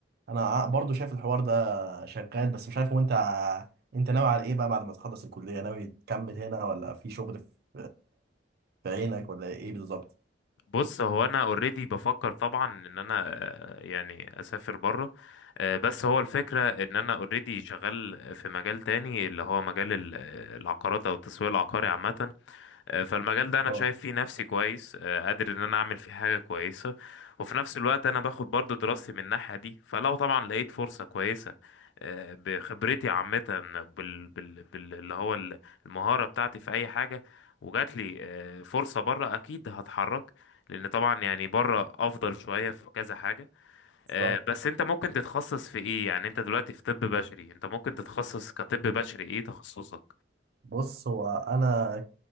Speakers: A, on the right (about 60°); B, on the left (about 80°).
A: ع- برضو شايف الحوار ده شغال بس مش عارف هو أنت ع- أنت ناوي على إيه بقى بعد ما تخلص الكلية ناوي تكمل هنا ولا في شغل في في عينك ولا إيه بالظبط؟
B: بص هو انا اوريدي بفكر طبعا ان انا آه، يعني اسافر بره آه، بس هو الفكرة ان انا اوريدي شغال في مجال تاني اللي هو مجال ال- العقارات او التسويق العقاري عامة آه، فالمجال ده انا
A: اه
B: شايف فيه نفسي كويس آه، قادر ان انا اعمل فيه حاجه كويسه وفي نفس الوقت انا باخد برضو دراستي من الناحيه دي فلو طبعا لقيت فرصه كويسه آه، بخبرتي عامه بال... بال... بال... اللي هو ال- المهاره بتاعتي في اي حاجه وجات لي آه، فرصه بره اكيد هتحرك لان طبعا يعني بره افضل شويه في كذا حاجه
A: بالظبط
B: آه، بس انت ممكن تتخصص في ايه يعني انت دلوقتي في طب بشري انت ممكن تتخصص كطب بشري ايه تخصصك
A: بص هو انا